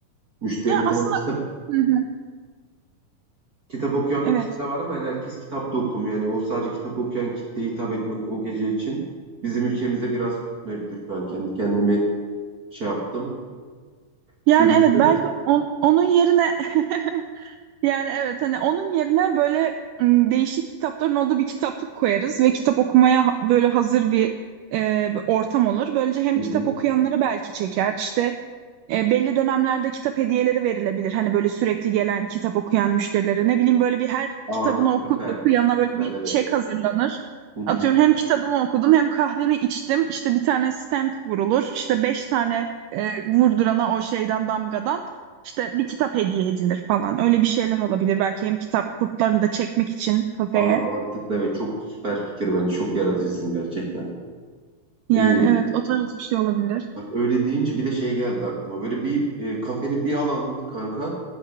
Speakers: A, on the right; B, on the right.
A: Müşteri
B: Ya aslında
A: tam kitap
B: hı hı,
A: kitap okuyan
B: evet.
A: bir kitle var ama yani herkes kitap da okumuyor. Yani o sadece kitap okuyan kitleye hitap etmek o gece için bizim ülkemize biraz tutmayabilir şu an. Kendi kendimi şey yaptım,
B: Yani
A: çürüttüm.
B: evet belki on- onun yerine <laughs> yani evet hani onun yerine böyle m, değişik kitapların olduğu bir kitaplık koyarız ve kitap okumaya ha- böyle hazır bir e, bir ortam olur. Böylece hem
A: Hı
B: kitap
A: hı.
B: okuyanları belki çeker işte E, belli dönemlerde kitap hediyeleri verilebilir. Hani böyle sürekli gelen kitap okuyan müşterilere ne bileyim böyle bir her
A: Aa
B: kitabını oku,
A: süper,
B: okuyana böyle
A: süper
B: bir
A: evet.
B: çek hazırlanır.
A: Hı hı.
B: Atıyorum hem kitabımı okudum hem kahvemi içtim. İşte bir tane stamp vurulur. İşte beş tane e, vurdurana o şeyden damgadan işte bir kitap hediye edilir falan. Öyle bir şeyler olabilir. Belki hem kitap kurtlarını da çekmek için kafeye.
A: Aa mantıklı evet çok süper fikir bence. Çok yaratıcısın gerçekten.
B: Yani
A: Ee,
B: evet o tarz bir şey olabilir.
A: Bak öyle deyince bir de şey geldi aklıma. Böyle bir e, kafenin bir alanını kanka